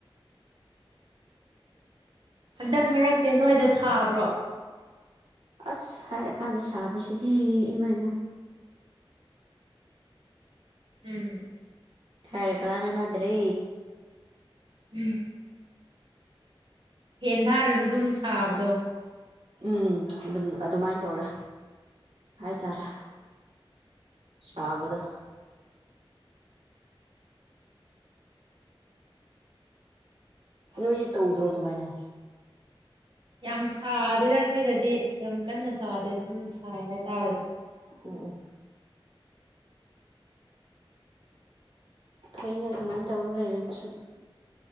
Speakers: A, on the right; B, on the right.
A: ꯍꯟꯗꯛ ꯃꯔꯛꯁꯦ ꯅꯣꯏꯗ ꯁꯥꯕ꯭ꯔꯣ
B: ꯑꯁ ꯍꯥꯏꯔꯀꯥꯟꯗ ꯁꯥꯕꯁꯤꯗꯤ ꯏꯃ ꯃꯥꯏ
A: ꯎꯝ
B: ꯍꯥꯢꯔ ꯀꯥꯅ ꯅꯗ꯭ꯔꯦ
A: <inaudible> ꯐꯦꯟ ꯊꯥꯔꯁꯨ ꯑꯗꯨꯝ ꯁꯥꯕꯗꯣ
B: ꯎꯝ ꯑꯗꯨꯝ ꯑꯗꯨꯃꯥꯏꯅ ꯇꯧꯔꯦ ꯍꯥꯏꯇꯥꯔꯦ ꯁꯥꯕꯗ ꯅꯣꯏꯌꯦ ꯇꯧꯗ꯭ꯔꯣ ꯑꯗꯨꯃꯥꯏꯅ
A: ꯌꯥꯝ ꯁꯥꯗꯦꯗ ꯑꯩꯈꯣꯏꯗꯗꯤ ꯌꯥꯝ ꯀꯟꯅ ꯁꯥꯗꯦ ꯑꯗꯨꯝ ꯁꯥꯏ ꯍꯥꯏꯇꯥꯔꯁꯨ
B: ꯎꯝ ꯐꯩꯅꯦ ꯑꯗꯨꯃꯥꯏꯅ ꯇꯧꯔ ꯂꯩꯔꯒꯁꯨ